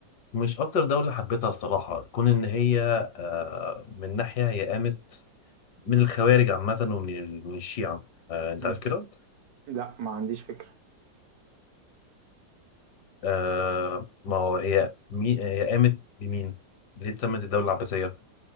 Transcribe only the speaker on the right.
مم.
لا ما عنديش فكرة